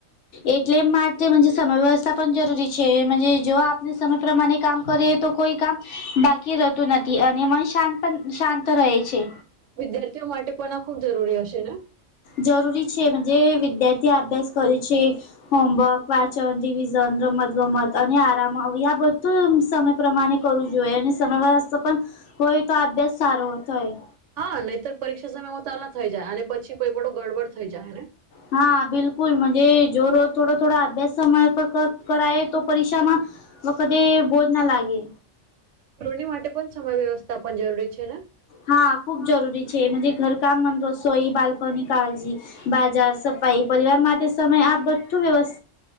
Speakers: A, on the left (about 70°); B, on the right (about 70°).
A: એટલે એમ માટે સમય વ્યવસ્થા પણ જરૂરી છે જો આપને સમય પ્રમાણે કામ કરીએ તો કોઈ કામ બાકી રહેતું નથી અને મન શાંત પણ શાંત રહે છે.
B: વિદ્યાર્થીઓ માટે પણ આ ખુબ જરૂરી હશે ને?
A: જરૂરી છે જે વિદ્યાર્થી અભ્યાસ કરે છે. હોમવર્ક, વાંચન, રિવિઝન, રમત ગમત અને આરામ આ બધું સમય પ્રમાણે કરવું જોઈએ અને સમય પણ હોય તો આ અભ્યાસ સારો થાય.
B: હા, નહીતર પરીક્ષા સમયમાં તાલા થઈ જાય અને પછી કોઈ પણ ગડબડ થઈ જાયને.
A: હા, બિલકુલ મજે રોજ થોડો થોડા અભ્યાસ સમયે કરાયે તો પરીક્ષામાં વખતે બોજ ના લાગે.
B: કૃણી માટે પણ સમય વ્યવસ્થા પણ જરૂરી છે ને?
A: હા, ખૂબ જરૂરી છે ઘર કામ, રસોઈ, બાલ્કોની કાળજી બાજાર, સફાઈ પરિવાર માટે સમય આ બધું વ્યવ